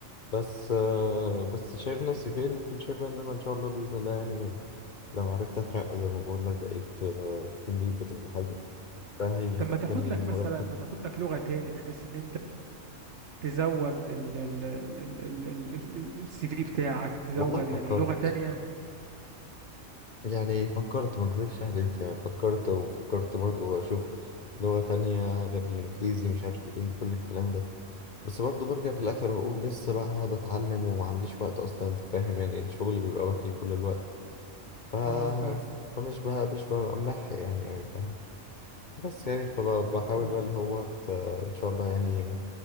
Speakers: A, on the left (about 45°); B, on the right (about 60°).
A: بس آه، بس شايف نفسي فين ممكن شايف بقى إن أنا إن شاء الله بإذن الله يعني لو عرفت أترقى زي ما بقول لك بقيت تيم ليدر ولا حاجة فهيحسن
B: طب ما تاخد
A: لي
B: لك
A: المرتب
B: مثلا ما تاخد لك لغة تاني بحيث ان انت تزود ال ال ال ال ال ال ال السي في بتاعك تزود
A: والله فكرت
B: يعني لغة تانية
A: يعني فكرت ما اكذبش عليك يعني فكرت وفكرت برضو اشوف لغة تانية غير الانجليزي مش عارف ايه كل الكلام ده بس برضو برجع في الاخر واقول لسه بقى هقعد اتعلم وما عنديش وقت اصلا انت فاهم يعني الشغل بيبقى واكل كل الوقت ف...
B: اه فاهمك
A: فمش بقى مش ببقى ملحق يعني اوي فاهم بس يعني فبحاول
B: امم
A: بقى اللي هو ت- ان شاء الله يعني